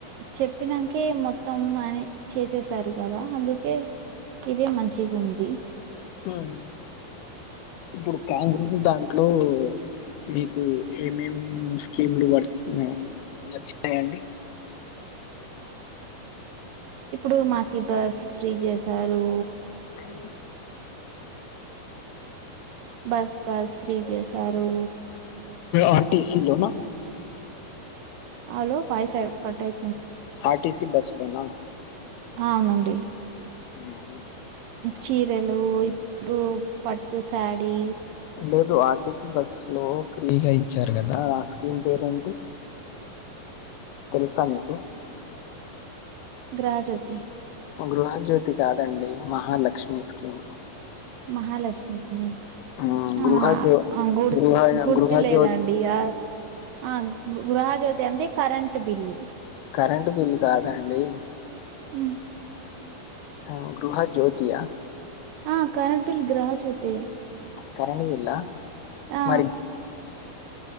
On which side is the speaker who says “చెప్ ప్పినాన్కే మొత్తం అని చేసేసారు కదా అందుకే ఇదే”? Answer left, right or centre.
Right